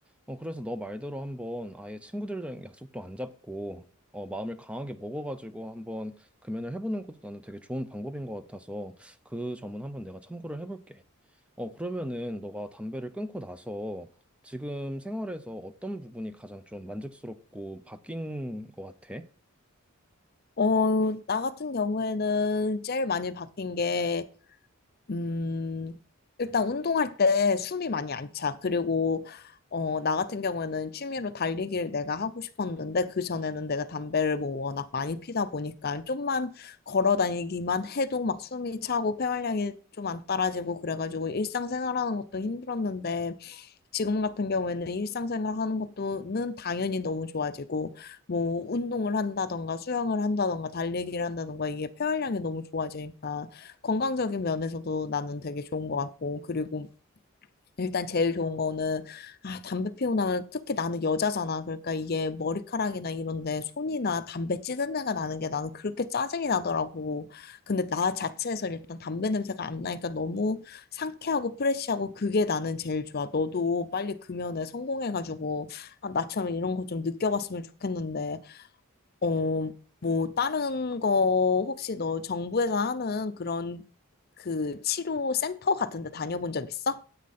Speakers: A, in the centre; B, on the left.
A: 어, 그래서 너 말대로 한번 아예 친구들이랑 약속도 안 잡고 어, 마음을 강하게 먹어가지고 한번 금연을 해보는 것도 나는 되게 좋은 방법인 것 같아서 그 점은 한번 내가 참고를 해볼게. 어, 그러면은 너가 담배를 끊고 나서 지금 생활에서 어떤 부분이 가장 좀 만족스럽고 바뀐 것 같아?
B: 어, 나 같은 경우에는 제일 많이 바뀐 게 음, 일단 운동할 때 숨이 많이 안 차. 그리고, 어, 나 같은 경우에는 취미로 달리기를 내가 하고 싶었는데, 그전에는 내가 담배를 뭐 워낙 많이 피다 보니까, 좀만 걸어 다니기만 해도 막 숨이 차고, 폐활량이 좀 안 따라지고, 그래가지고 일상생활 하는 것도 힘들었는데, 지금 같은 경우에는 일상생활 하는 것도는 당연히 너무 좋아지고, 뭐 운동을 한다던가, 수영을 한다던가, 달리기를 한다던가, 이게 폐활량이 너무 좋아지니까, 건강적인 면에서도 나는 되게 좋은 것 같고, 그리고 일단 제일 좋은 거는, 아, 담배 피우고 나면 특히 나는 여자잖아. 그러니까 이게 머리카락이나 이런데 손이나 담배 찌든 내가 나는 게 나는 그렇게 짜증이 나더라고. 근데 나 자체에서 일단 담배 냄새가 안 나니까 너무 상쾌하고 프레쉬하고 그게 나는 제일 좋아. 너도 빨리 그 면에 성공해가지고, 아, 나처럼 이런 거 좀 느껴봤으면 좋겠는데, 어, 뭐, 다른 거 혹시 너 정부에서 하는 그런 그 치료 센터 같은 데 다녀본 적 있어?